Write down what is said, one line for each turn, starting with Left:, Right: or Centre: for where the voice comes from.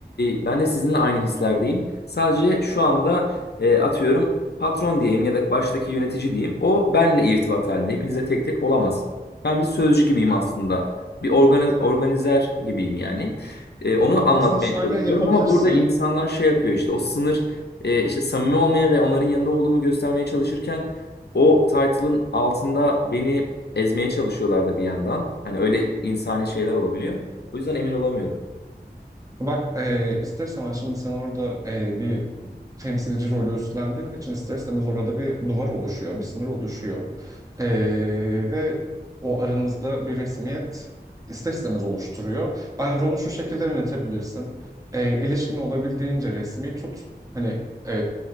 Left: e, ben de sizinle aynı hislerdeyim. Sadece şu anda e, atıyorum patron diyeyim ya da baştaki yönetici diyeyim. O benle irtibat halinde. Hepinize tek tek olamaz. Ben bir sözcü gibiyim
Right: Evet.
Left: aslında. Bir organiz organizer gibiyim yani. E, onu anlatmaya
Right: Aslında şöyle
Left: çalışıyorum
Right: yapabilirsin.
Left: ama burada insanlar şey yapıyor işte o sınır e, işte samimi olmaya ve onların yanında olduğumu göstermeye çalışırken o title'ın altında beni ezmeye çalışıyorlardı bir yandan. Hani öyle insani şeyler olabiliyor. O yüzden emin olamıyorum.
Right: Bak e, ister istemez şimdi sen orada e, bir temsilci rolü üstlendiğin için ister istemez orada bir duvar oluşuyor, bir sınır oluşuyor. E, ve o aranızda bir resmiyet ister istemez oluşturuyor. Bence onu şu şekilde yönetebilirsin. E, ilişkin olabildiğince resmi tut. Hani e,